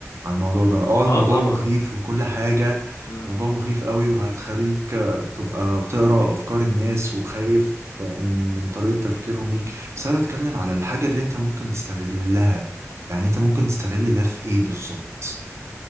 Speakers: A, on the right (about 55°); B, on the left (about 80°).
A: على الموضوع ده اه الموضوع
B: اه طبعا
A: مخيف وكل حاجة
B: مم.
A: الموضوع مخيف قوي وهتخليك آه، تبقى بتقرأ افكار الناس وخايف آه، إن- من طريقة تفكيرهم ليك بس انا بتكلم على الحاجة اللي انت ممكن تستغلها يعني انت ممكن تستغل ده في ايه بالظبط